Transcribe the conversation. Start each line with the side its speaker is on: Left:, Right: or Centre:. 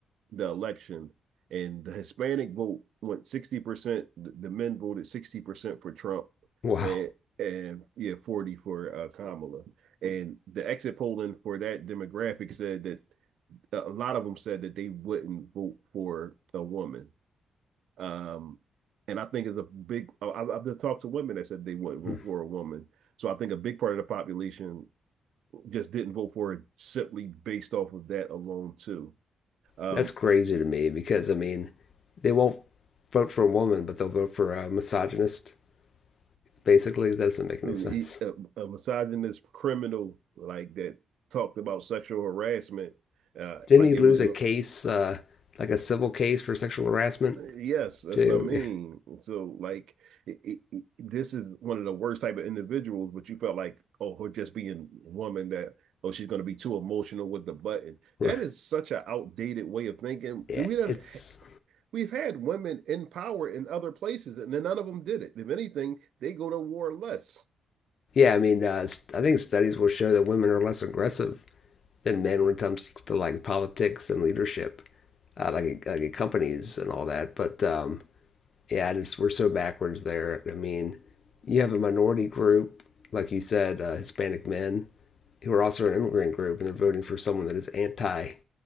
Right: the election, and the Hispanic vote went 60%. The, the men voted 60% for Trump
Left: Wow.
Right: and, and yeah, 40 for uh, Kamala. And the exit polling for that demographic said that a lot of them said that they wouldn't vote for a woman. Um, and I think it's a big. I, I've just talked to women that said they wouldn't vote
Left: Mm.
Right: for a woman. So I think a big part of the population just didn't vote for it simply based off of that alone too. Um,
Left: That's crazy to me because, I mean, they won't vote for a woman, but they'll vote for a misogynist, basically. That doesn't
Right: a,
Left: make any sense.
Right: a misogynist criminal like that talked about sexual harassment uh,
Left: Didn't
Right: like
Left: he lose
Right: it was
Left: a
Right: no,
Left: case, uh, like a civil case for sexual harassment,
Right: Yes, that's
Left: too?
Right: what I mean.
Left: Yeah.
Right: So, like, it, it, it- this is one of the worst type of individuals. But you felt like, oh, her just being a woman that, oh, she's going to be too emotional with the button. That
Left: Yeah,
Right: is such an outdated way of thinking.
Left: it's
Right: We don't. We've had women in power in other places, and then none of them did it. If anything, they go to war less.
Left: yeah. I mean, uh, s- I think studies will show that women are less aggressive than men when it comes to like politics and leadership, uh, like like in companies and all that. But um, yeah, I just we're so backwards there. I mean, you have a minority group, like you said, uh, Hispanic men who are also an immigrant group, and they're voting for someone that is anti-immigration